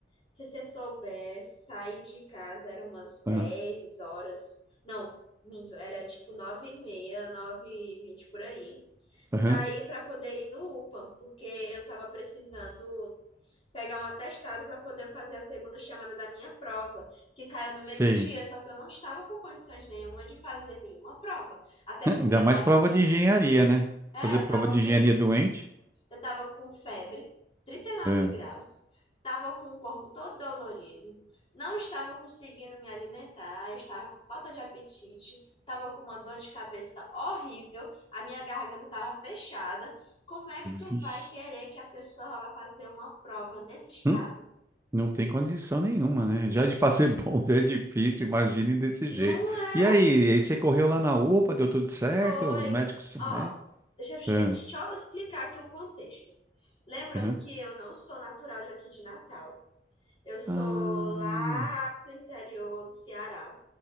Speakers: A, on the left (about 30°); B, on the right (about 15°).
A: Se você soubesse, sair de casa era umas dez
B: Aham,
A: horas. Não, minto, era tipo 9 e meia, 9 e 20 por aí. Saí
B: aham,
A: para poder ir no UPA, porque eu tava precisando pegar um atestado para poder fazer a segunda chamada da minha prova, que caiu no
B: sei.
A: mesmo dia,
B: <laughs>
A: só que eu não estava com condições nenhuma de fazer nenhuma prova. Até
B: Ah,
A: porque
B: Ainda
A: eu
B: mais
A: tava
B: prova
A: com,
B: de engenharia, né?
A: é,
B: Fazer
A: eu
B: prova
A: tava
B: de
A: com
B: engenharia doente?
A: eu tava com febre, trinta e nove
B: Ah,
A: graus, tava com o corpo todo dolorido, não estava conseguindo me alimentar, eu estava com falta de apetite, tava com uma dor de cabeça horrível, a minha garganta tava fechada. Como é que tu
B: vixe.
A: vai querer que a pessoa vá fazer uma prova nesse estado?
B: Hum? Não tem condição nenhuma, né? Já de fazer <laughs> bom já é difícil, imagine desse jeito.
A: Não é,
B: E aí, aí você correu lá na UPA, deu tudo certo?
A: foi.
B: Os médicos,
A: Ó,
B: né?
A: deixa eu che-
B: Ah,
A: só explicar aqui um contexto. Lembrando
B: aham.
A: que eu não sou natural daqui de Natal. Eu sou
B: Ah,
A: lá do interior do Ceará.